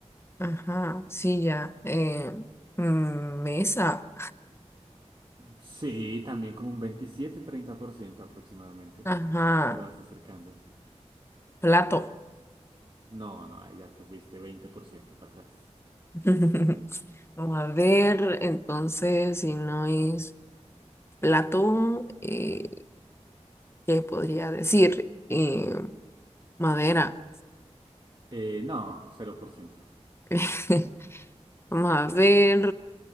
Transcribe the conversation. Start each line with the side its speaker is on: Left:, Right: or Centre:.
Left: Ajá, silla. Eh, mm, mesa.
Right: Sí, también como un veintisiete treinta por ciento aproximadamente.
Left: Ajá,
Right: Te vas acercando.
Left: plato.
Right: No, no, ahí ya te fuiste 20% para atrás.
Left: <laughs> Vamos a ver, entonces, si no es plato, eh, ¿qué podría decir? Eh, madera.
Right: Eh, no, cero por ciento
Left: <laughs> Vamos a ver.